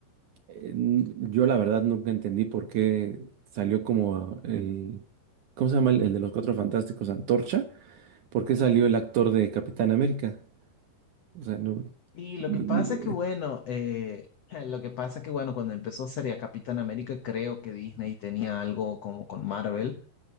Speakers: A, on the right; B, on the left.
A: eh, n- yo la verdad nunca entendí por qué salió como a- el, ¿cómo se llama? El, el de los Cuatro Fantásticos, Antorcha, ¿por qué salió el actor de Capitán América? O sea, no...
B: Y lo
A: n-
B: que pasa es que,
A: n-
B: bueno, eh, <laughs> lo que pasa es que, bueno, cuando empezó sería Capitán América, creo que Disney tenía algo como con Marvel.